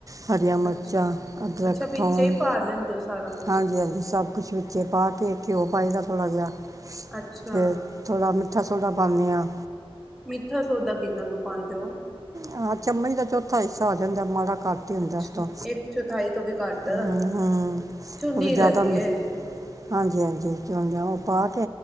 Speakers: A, on the right (about 35°); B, in the centre.
A: ਹਰੀਆਂ ਮਿਰਚਾਂ
B: ਅੱਛਾ
A: ਅਦਰਕ
B: ਅੱਛਾ ਵਿੱਚੇ
A: ਥੋਮ
B: ਹੀ ਪਾ ਲੈਂਦੇ ਹੋ ਸਾਰਾ ਕੁਛ
A: ਹਾਂਜੀ ਹਾਂਜੀ ਸਭ ਕੁਛ ਵਿੱਚ ਪਾ ਕੇ ਘਿਓ ਪਏਦਾ ਥੋੜ੍ਹਾ ਜਿਹਾ
B: ਅੱਛਾ
A: ਤੇ ਥੋੜਾ ਮਿੱਠਾ ਸੋਡਾ ਪਾਉਂਦੇ ਹਾਂ
B: ਮਿੱਠਾ ਸੋਡਾ ਕਿਦਨਾ ਕ ਪਾਂਦੇ ਹੋ
A: ਹਾਂ ਚਮਚ ਦਾ ਚੌਥਾ ਹਿੱਸਾ ਆ ਜਾਂਦਾ ਮਾੜਾ ਘੱਟ ਹੀ ਹੁੰਦਾ
B: ਅੱਛਾ
A: ਇਸ ਤੋਂ
B: ਇੱਕ ਚੌਥਾਈ ਤੋਂ ਵੀ ਘੱਟ
A: ਹੂੰ ਹੂੰ
B: ਚੂੰਡੀ
A: ਉਹ ਵੀ ਜ਼ਿਆਦਾ
B: ਲੈ ਲਈਏ
A: ਮਿ- ਹਾਂਜੀ ਹਾਂਜੀ ਚਾਹੁੰਦੇ ਹੋ ਉਹ ਪਾ